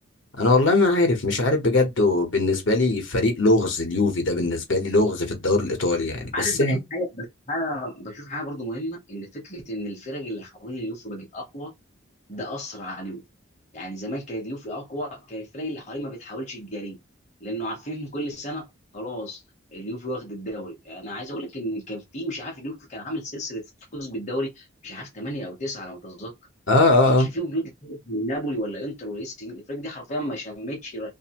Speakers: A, on the left (about 65°); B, on the left (about 35°).
A: انا والله ما عارف مش عارف بجد وبالنسبه لي فريق لغز اليوفي ده بالنسبه لي لغز في الدوري الايطالي يعني
B: عارف
A: بس يعني.
B: بشوف حاجه بشوف حاجه بشوف حاجه برضو مهمه ان فكره ان الفرق اللي حوالين اليوفي بقت اقوى ده اثر على اليوفي يعني زمان كانت اليوفي اقوى كان الفرق اللي حواليه ما بتحاولش تجاريه لانه عارفين ان كل سنه خلاص اليوفي واخد الدوري انا عايز اقول لك ان كان في مش عارف اليوفي كان عامل سلسله فوز بالدوري مش عارف 8 او 9 على ما اتذكر
A: اه اه
B: ما كانش
A: اه
B: فيه وجود لفرق زي نابولي ولا انتر ولا اي سي ميلان. الفرق دي حرفيا ما شمتش